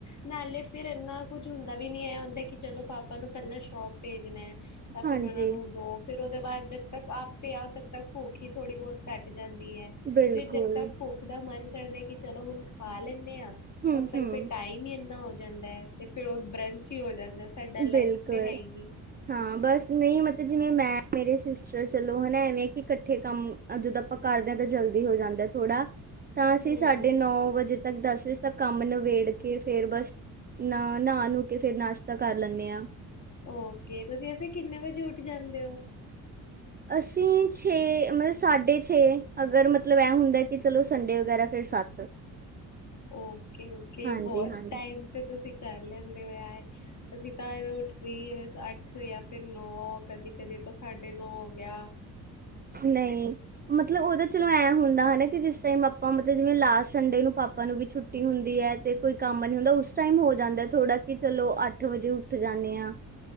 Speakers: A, on the left (about 40°); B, on the right (about 20°).
A: ਨਾਲੇ ਫੇਰ ਏਨਾ ਕੁੱਝ ਹੁੰਦਾ ਵੀ ਨੀ ਐ ਹੁੰਦਾ ਕੇ ਚਲੋ ਪਾਪਾ ਨੂੰ ਪੈਂਲਾਂ ਸ਼ੋਪ ਭੇਜਣੈ। ਤਾਂ ਫੇਰ
B: ਹਾਂਜੀ
A: ਮੈ ਓਨਾਂ ਨੂੰ ਦੋ ਫੇਰ ਓਦੇ ਬਾਦ ਜਦ ਤੱਕ ਆਪੇ ਆਓ ਤਦ ਤੱਕ ਭੁਖੀ-ਥੋੜੀ ਬਹੁਤ ਘੱਟ ਜਾਂਦੀ ਐ।
B: ਬਿਲਕੁਲ
A: ਫੇਰ ਜਦ ਤੱਕ ਭੁੱਖ ਦਾ ਮਨ ਕਰਦੇ ਕੇ ਚਲੋ ਹੁਣ ਖਾ ਲੈਂਨੇ ਆਂ
B: ਹੂੰ
A: ਓਦ ਤੱਕ
B: ਹੂੰ
A: ਫੇਰ ਟਾਈਮ ਈ ਐਨਾ ਹੋ ਜਾਂਦਾ ਹੈ ਤੇ ਫੇਰ ਓ ਬਰੰਚ ਈ ਹੋ ਜਾਂਦਾ। ਸਾਡਾ ਲੰਚ
B: ਬੇਲਕੁਲ।
A: ਤੇ ਹੈ ਹੀ ਨੀ।
B: ਹਾਂ ਬਸ ਨਈ ਮਤਰ ਜੀਵੇਂ ਮੈਂ ਮੇਰੇ ਸੀਸਟਰ ਚਲੋ ਹਨਾ ਐਵੇਂ ਕੀ ਕੱਠੇ ਕੰਮ ਆ ਜਦੋ ਆਪਾਂ ਕਰਦੇ ਆ ਤਾਂ ਜਲਦੀ ਹੋ ਜਾਂਦਾ ਥੋੜਾ ਤਾਂ ਅਸੀਂ
A: ਹੂੰ,
B: ਸਾ ਡੇ ਨੌ ਵਜੇ ਤੱਕ ਦਸ ਵਜੇ ਤੱਕ ਕੰਮ ਨਵੇੜ ਕੇ ਫੇਰ ਬਸ ਨਾ ਨੂ ਕੇ ਫੇਰ ਨਾਸ਼ਤਾ ਕਰ ਲੈਂਦੇ ਆ।
A: ਓਕੇ ਤੁਸੀਂ ਵੈਸੇ ਕੀਨੇ ਵਜੇ ਉੱਠ ਜਾਂਦੇ ਓ?
B: ਅਸੀਂ ਛੇ ਮਾ ਸਾਡੇ ਛੇ, ਅਗਰ ਮਤਲਵ ਐਂ ਹੁੰਦਾ ਕੇ ਚਲੋ ਸੰਡੇ ਵਗੈਰਾ ਫੇਰ ਸੱਤ।
A: ਓਕੇ-ਓਕੇ
B: ਹਾਂਜੀ
A: ਬੌਤ
B: ਹਾਂਜੀ
A: ਟਾਈਮ ਤੇ ਤੁਸੀਂ ਕਰ ਲੈਂਦੇ ਓ ਯਾਰ, ਅਸੀਂ ਤਾਂ ਓਠ ਦੇਈ ਅੱਠ ਜਾਂ ਫੇਰ ਨੌ ਕਦੀ ਕਦੇ ਤਾਂ ਸਾਡੇ ਨੌ ਹੋ ਗੇਆ।
B: ਨਈ, ਮਤਲ ਓਦੇ ਚਲੋ ਐਂ ਹੁੰਦਾ ਹਨਾ ਕੀ ਜੇਸ ਟਾਈਮ ਆਪਾਂ ਮਤਲ ਜੀਵੇਂ, ਲਾਸਟ ਸੰਡੇ ਨੂੰ ਪਾਪਾ ਨੂੰ ਵੀ ਛੁੱ ਛੁਟੀ ਹੁੰਦੀ ਐ ਤੇ ਕੋਈ ਕੰਮ ਨੀ ਹੁੰਦਾ ਉਸ ਟਾਈਮ ਹੋ ਜਾਂਦਾ ਥੋੜਾ, ਕੀ ਚਲੋ ਅੱਠ ਵਜੇ ਉੱਠ ਜਾਂਦੇ ਆ।